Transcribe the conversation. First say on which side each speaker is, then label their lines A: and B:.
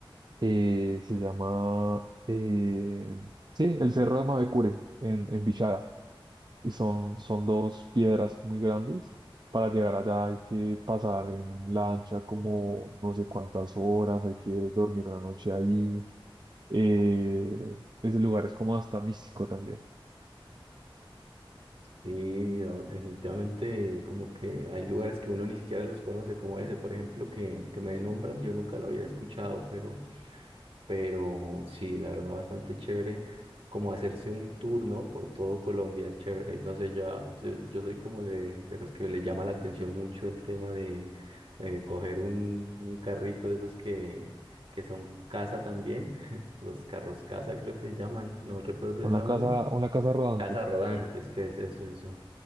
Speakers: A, on the right (about 50°); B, on the right (about 80°).
A: Eh, se llama, eh, sí, el Cerro de Mavecure en, en Bichada. y son, son dos piedras muy grandes. Para llegar allá hay que pasar en lancha como no sé cuántas horas, hay que dormir la noche ahí. Eh, ese lugar es como hasta místico también.
B: Sí, no, definitivamente como que hay lugares que uno ni siquiera los conoce, como ese, por ejemplo, que, que me nombras, yo nunca lo había escuchado, pero... Pero sí, la verdad, bastante chévere. Como hacerse un turno por todo Colombia, chévere. No sé, yo, ah, yo, yo soy como de, de los que le llama la atención mucho el tema de eh, coger un, un carrito de esos que, que son casa también. <laughs> Los carros casa, creo que se llaman. No recuerdo
A: Con
B: el
A: la
B: nombre.
A: casa, con la casa rodante.
B: Casa rodantes, ¿qué es eso, eso?